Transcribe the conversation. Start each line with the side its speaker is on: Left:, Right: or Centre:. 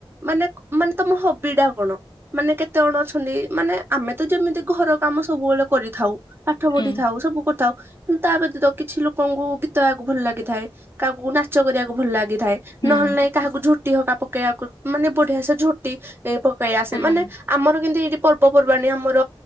Right: ମାନେ ମାନେ ତମ ହବି ଟା କଣ? ମାନେ କେତେ ଜଣ ଅଛନ୍ତି ମାନେ ଆମେ ତ ଯେମିତି ଘର କାମ ସବୁବେଳେ କରିଥାଉ। ପାଠ ପଢ଼ିଥାଉ
Left: ହୁଁ
Right: ସବୁ କରିଥାଉ କିନ୍ତୁ ତା ବ୍ୟତୀତ କିଛି ଲୋକଙ୍କୁ ଗୀତ ଗାଇବାକୁ ଭଲ ଲାଗିଥାଏ। କାହାକୁ ନାଚ କରିବାକୁ ଭଲ ଲାଗିଥାଏ
Left: ହୁଁ
Right: ନହେଲେ କାହାକୁ ଝୋଟି ହକା ପକେଇବାକୁ ମାନେ ବଢ଼ିଆ ସେ ଝୋଟି ଏ ପକେଇ ଆସେ
Left: ହଁ
Right: ମାନେ ଆମର କିନ୍ତି ଏଠି ପର୍ବପର୍ବାଣୀ ଆମର